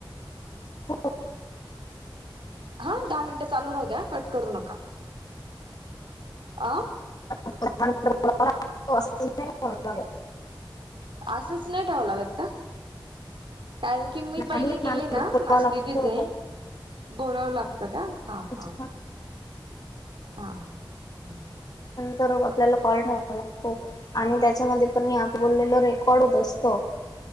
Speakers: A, on the left (about 50°); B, on the right (about 75°).
A: हो
B: हा दहा मिनटं चालू राहू द्या कट करू नका <inaudible> अं
A: <unintelligible>
B: असंच नाही ठेवाव लागत का? कारण की मी
A: नाही
B: पहिले केले
A: नांगर
B: ना
A: बोलावा
B: माझे
A: लागतो
B: दिदीचे बोलावं लागतं का? हा,
A: त्याच्या-
B: हा. हा, हा.
A: तर आपल्याला कॉल ठेवावा लागतो आणि त्याच्यामध्ये पण मी आधी बोललेल रेकॉर्ड होत असतो. <inaudible>